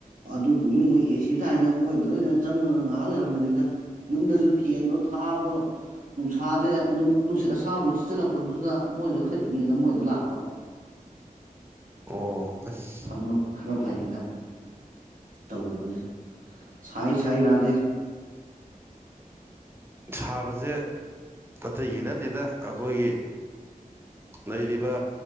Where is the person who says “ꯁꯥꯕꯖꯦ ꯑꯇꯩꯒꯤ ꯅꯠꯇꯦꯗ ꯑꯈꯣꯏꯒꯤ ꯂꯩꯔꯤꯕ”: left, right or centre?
Right